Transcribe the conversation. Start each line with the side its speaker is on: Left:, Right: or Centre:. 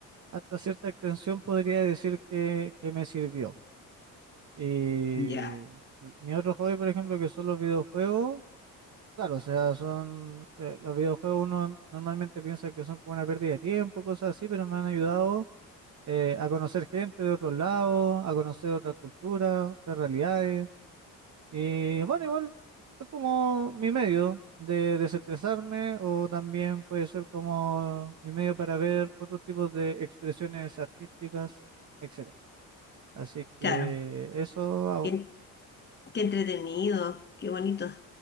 Right: hasta cierta extensión podría decir que, que me sirvió. Y
Left: ya,
Right: mi otro hobby, por ejemplo, que son los videojuegos, claro, o sea, son eh, los videojuegos uno normalmente piensa que son como una pérdida de tiempo, cosas así, pero me han ayudado eh, a conocer gente de otros lados, a conocer otras culturas, otras realidades. Y bueno, igual es como mi medio de desestresarme o también puede ser como mi medio para ver otros tipos de expresiones artísticas, etcétera. Así que
Left: claro.
Right: eso hago.
Left: Qué, qué entretenido, qué bonito.